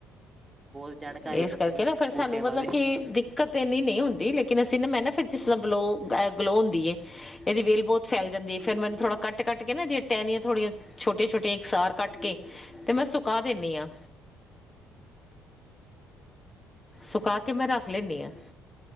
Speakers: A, on the right (about 25°); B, on the left (about 25°).
A: ਬਹੁਤ ਜਾਣਕਾਰੀ ਹੈ
B: ਇਸ
A: ਤੁਹਾਨੂੰ
B: ਕਰਕੇ
A: ਵੀ
B: ਨਾ ਫਿਰ
A: ਬੂਟਿਆਂ
B: ਸਾਨੂੰ ਮਤਲਬ
A: ਬਾਰੇ
B: ਕਿ ਦਿੱਕਤ ਇਨੀ ਨਹੀਂ ਹੁੰਦੀ ਲੇਕਿਨ ਫਿਰ ਨਾ ਮੈਂ ਨਾ ਫਿਰ ਜਿਸ ਤਰ੍ਹਾਂ ਗਲੋਹ ਇਹ ਗਲੋ ਹੁੰਦੀ ਏ ਇਹਦੀ ਵੇਲ ਬਹੁਤ ਫੈਲ ਜਾਂਦੀ ਏ ਫੇਰ ਮੈਂ ਉਹਨੂੰ ਥੋੜਾ ਕੱਟ ਕੱਟ ਕੇ ਨਾ ਇਹਦੀਆਂ ਟਹਿਨੀਆਂ ਥੋੜੀਆਂ ਛੋਟੀਆਂ ਛੋਟੀਆਂ ਇਕਸਾਰ ਕੱਟ ਕੇ ਤੇ ਮੈਂ ਸੁਕਾ ਦੇਨੀ ਆ। ਸੁਕਾ ਕੇ ਮੈਂ ਰੱਖ ਲੇਨੀ ਆ।